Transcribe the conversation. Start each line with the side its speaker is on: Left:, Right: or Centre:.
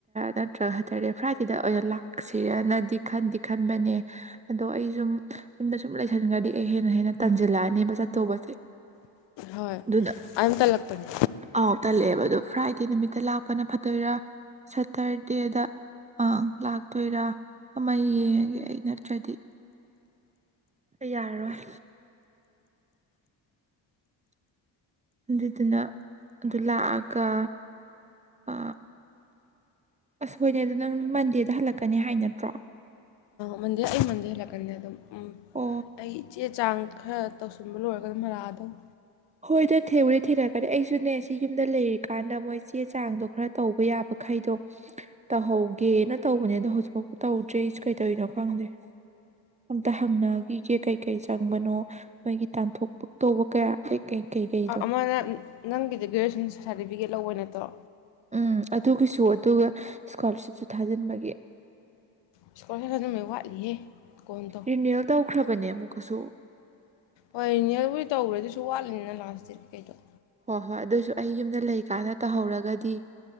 Right: ꯅꯠꯇ꯭ꯔꯒ ꯁꯇꯔꯗꯦ ꯐ꯭ꯔꯥꯏꯗꯦꯗ ꯑꯣꯏꯅ ꯂꯥꯛꯁꯤꯔꯅꯗꯤ ꯈꯟꯗꯤ ꯈꯟꯕꯅꯦ ꯑꯗꯣ ꯑꯩ ꯁꯨꯝ ꯌꯨꯝꯗ ꯁꯨꯝ ꯂꯩ꯫ ꯟꯒꯥꯗꯤ ꯑꯩ ꯍꯦꯟꯅ ꯍꯦꯟꯅ ꯇꯥꯟꯁꯤꯜꯂꯛꯑꯅꯦꯕ ꯆꯠꯊꯧꯕꯁꯦ
Left: ꯍꯣꯏ
Right: ꯑꯗꯨꯅ꯫
Left: ꯑꯗꯨꯝ ꯇꯜꯂꯛꯄꯅꯦ
Right: ꯑꯥꯎ ꯇꯜꯂꯦꯕ ꯑ ꯐ꯭ꯔꯥꯏꯗꯦ ꯅꯨꯃꯤꯠꯇ ꯂꯥꯛꯄꯅ ꯐꯗꯣꯏꯔ꯫ ꯁꯠꯇꯔꯗꯦꯗ꯫ ꯑꯪ ꯂꯥꯛꯇꯣꯏꯔꯥ꯫ ꯑꯃ ꯌꯦꯡꯉꯒꯦ ꯑꯩ ꯅꯠꯇ꯭ꯔꯗꯤ ꯑꯩ ꯌꯥꯔꯔꯣꯏ꯫ ꯑꯗꯨꯗꯨꯅ ꯑꯗꯨ ꯂꯥꯛꯑꯒ ꯑ ꯑꯁ ꯍꯣꯏꯅꯦ ꯑꯗꯣ ꯅꯪ ꯃꯟꯗꯦꯗ ꯍꯜꯂꯛꯀꯅꯤ ꯍꯥꯏ ꯅꯠꯇ꯭ꯔꯣ꯫
Left: ꯃꯟꯗꯦ ꯑꯩ ꯃꯟꯗꯦ ꯍꯂꯛꯀꯅꯤꯗ ꯑꯗꯨꯝ ꯎꯝ
Right: ꯑꯣ
Left: ꯑꯩ ꯆꯦ ꯆꯥꯡ ꯈꯔ꯫ ꯇꯧꯁꯤꯟꯕ ꯂꯣꯏꯔꯒ ꯑꯗꯨꯝ ꯍꯥꯜꯂꯛꯗꯕꯅꯦ꯫
Right: ꯍꯣꯏꯗ ꯊꯦꯡꯎꯗꯤ ꯊꯦꯡꯅꯛꯀꯅꯤ ꯑꯩꯁꯨꯅꯦ ꯁꯤ ꯌꯨꯝꯗ ꯂꯩꯔꯤꯀꯥꯟꯗ ꯃꯣꯏ ꯆꯦ ꯆꯥꯡꯗꯣ ꯈꯔ ꯇꯧꯕ ꯌꯥꯕꯈꯩꯗꯣ ꯇꯧꯍꯧꯒꯦꯅ ꯇꯧꯕꯅꯦ ꯑꯗꯣ ꯍꯧꯖꯤꯛꯐꯥꯎꯕ ꯇꯧꯗ꯭ꯔꯔꯤꯁꯨ ꯀꯩ ꯇꯧꯔꯤꯅꯣ ꯈꯪꯗ꯭ꯔꯦ ꯑꯝꯇ ꯍꯪꯅꯈꯤꯒꯦ ꯀꯩꯀꯩ ꯆꯪꯕꯅꯣ꯫ ꯃꯣꯏꯒꯤ ꯇꯥꯟꯊꯣꯛꯄ ꯇꯧꯕ꯫ ꯑꯣ ꯀ ꯀꯩꯀꯩ ꯀꯩꯀꯩꯗꯣ
Left: ꯑꯃꯅ ꯅꯪꯒꯤ ꯒ꯭ꯔꯦꯖꯨꯌꯦꯁꯟ ꯁꯥꯔꯇꯤꯐꯤꯀꯦꯠ ꯂꯧꯕ ꯅꯠꯇ꯭ꯔꯣ
Right: ꯎꯝ ꯑꯗꯨꯒꯤꯁꯨ ꯑꯗꯨꯒ ꯏꯁꯀꯣꯂꯥꯔꯁꯤꯞꯁꯨ ꯊꯥꯖꯤꯟꯕꯒꯤ
Left: ꯏꯁꯀꯣꯂꯔꯞ ꯑꯗꯨ ꯃ ꯋꯥꯠꯂꯤꯍꯦ ꯀꯣꯟ ꯇꯧ
Right: ꯏꯅꯤꯂ ꯇ ꯀꯈ꯭ꯔꯥꯕꯅꯤꯃꯨ ꯀꯁꯨ
Left: ꯍꯣꯏꯅꯦꯜꯕꯨꯗꯤ ꯇꯧꯈ꯭ꯔꯦ ꯑꯗꯨꯁꯨ ꯋꯥꯠꯂꯤꯅꯤꯅ ꯂꯥꯁ ꯗꯦꯠꯀꯤꯀꯩꯗꯣ
Right: ꯍꯣꯏ ꯍꯣꯏ ꯑꯗꯨꯑꯣꯏꯁꯨ ꯑꯩ ꯌꯨꯝꯗ ꯂꯩꯀꯥꯟꯗ ꯇꯧꯍꯧꯔꯒꯗꯤ